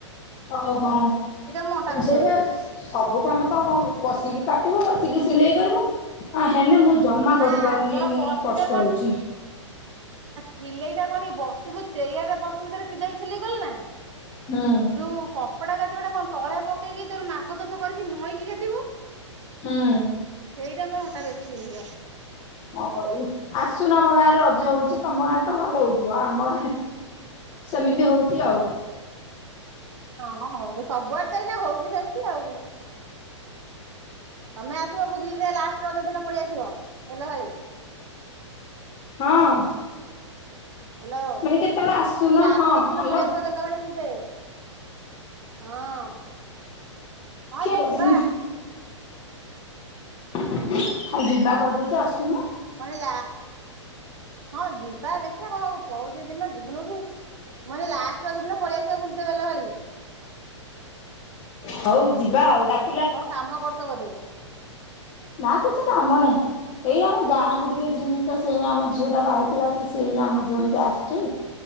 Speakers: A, on the left; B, on the right.
A: ଓହୋ
B: ମୁଁ ଅଣ୍ଟା ବିନ୍ଧେଇ
A: ସେଇପା।
B: ପାରିବି
A: ସବୁ କାମ ତ ବସିକି କାଟିବୁ ବସିକି ସିଲେଇ କରିବୁ ଆ ହେଲେ ମୁଁ ଜମା
B: ନା
A: କରିପାରୁନି
B: ଧର
A: ମୁଁ
B: ବସିଲେ
A: କଷ୍ଟ ହଉଛି।
B: ସିଲେଇଟା କଣ ବସିବୁ ଚେୟାର ରେ ବସିକି ଥରେ ସିଧାି ସିଲେଇ ଗଲେ ନା
A: ହୁଁ
B: ଯୋଉ କପଡା କାଟିବାଟା କଣ ତଳେ ପକେଇକି ତୋର ମାପ ଦୋପ କରିକି ନଈକି କାଟିବୁ
A: ହୁଁ
B: ସେଇଟା ମୋ ଅଣ୍ଟା ବେଶି ବିନ୍ଧିବା
A: କଁ କରିବି ଆସୁନ ଆମ ଗାଁରେ ରଜ ହଉଛି ତମ ଗାଁରେ ତ ଭଲ ହଉଥିବ ଆମ ଗାଁରେ ସେମିତି ହଉଛି ଆଉ।
B: ହଁ ହଉ ସବୁଆଡେ ତ ଏଇନା ହଉଚି ସେମିତି ଆଉ। ତମେ ଆସିବ ବୁଲିତେ ଲାଷ୍ଟେ ରଜ ଦିନ ପଳିଆସିବ ବେଲ ଭାଳି।
A: ହଁ।
B: ହ୍ୟାଲୋ
A: ମାନେ
B: ମୁଁ
A: କେତେବେଳେ ଆସୁନ
B: କଇନି ଲାଷ୍ଟେ
A: ହଁ
B: ରଜଦିନ
A: ହ୍ୟାଲୋ
B: ପଳେଇ ଆସିବ ବେଲ ଭାଳି ବୁଲ୍ତେ। ହଁ। ହଁ
A: <unintelligible> ହୁଁ।
B: ଯିବା
A: ଆଉ ଯିବା କହିଦଉଚ ଆସୁନ।
B: କଣିଲା ହଁ ଯିବା ଦେଖିଆ କଣ ଆଉ ପଳୋଉଚି ଦିନ ଯିବୁନୋଉ କି। ମୁଁ କଇନି ଲାଷ୍ଟେ ରଜଦିନ ପଳିଆସିବ ବୁଲିତେ ବେଲ ଭଳି।
A: ହଉ ଯିବା ଆଉ ଡାକ
B: କଣ କାମ କରୁଚ ବୋଧେ।
A: ନା କିଛି କାମ
B: ଓହୋ
A: ନାହିଁ। ଏଇ ଆମ ଗାଁ କୁ ଟିକେ ଜିମି ତ ସେଇ ଆମ ଝିଅ ଟା ବାହାଥିଲା ସେଇ ଆମ ଜୋଇଁଟାଁ ଆସିଚି।